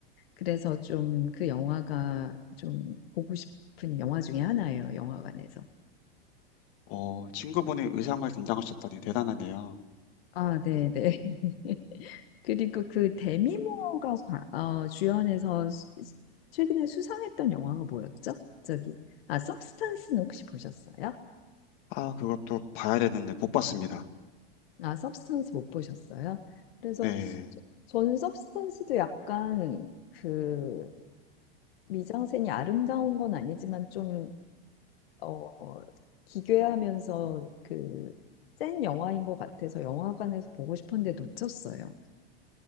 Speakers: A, on the left (about 75°); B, on the left (about 55°).
A: 그래서 좀 그 영화가 좀 보고 싶은 영화 중에 하나예요. 영화관에서.
B: 어, 친구분이 의상을 담당하셨다니 대단하네요.
A: 아, 네, 네. <laughs> 그리고 그 데미 모어가 과- 어, 주연해서 수- 최근에 수상했던 영화가 뭐였죠? 저기 아, 서브스탄스는 혹시 보셨어요?
B: 아, 그것도 봐야 되는데 못 봤습니다.
A: 아, 서브스탄스 못 보셨어요? 그래서
B: 네.
A: 저- 저는 서브스탄스도 약간 그 미장센이 아름다운 건 아니지만 좀 어, 기괴하면서 그 센 영화인 것 같아서 영화관에서 보고 싶었는데 놓쳤어요.